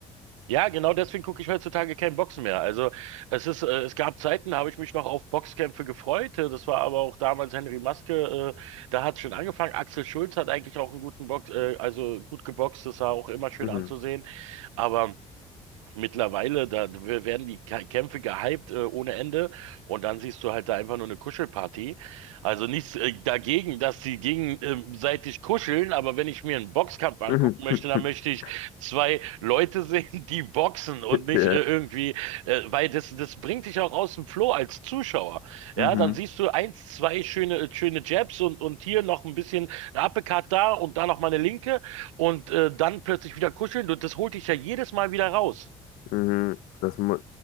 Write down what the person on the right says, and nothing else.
Ja, genau deswegen gucke ich heutzutage kein Boxen mehr. Also es ist, äh, es gab Zeiten, da habe ich mich noch auf Boxkämpfe gefreut. Äh, Das war aber auch damals Henry Maske, äh, da hat es schon angefangen. Axel Schulz hat eigentlich auch einen guten Box, äh, also gut geboxt, das war auch immer schön
anzusehen. Aber Mittlerweile, da werden die Kä- Kämpfe gehypt äh, ohne Ende und dann siehst du halt da einfach nur eine Kuschelparty. Also nichts äh, dagegen, dass sie gegenseitig kuscheln, aber wenn ich mir einen Boxkampf angucken
möchte, dann möchte ich zwei Leute <laughs> sehen, die boxen und nicht
äh, irgendwie, äh, weil das, das bringt dich auch aus dem Flow als Zuschauer. Ja,
dann siehst du eins, zwei schöne, äh, schöne Jabs und, und hier noch ein bisschen ein Uppercut da und da noch mal eine Linke und äh, dann plötzlich wieder kuscheln und das holt dich ja jedes Mal wieder raus.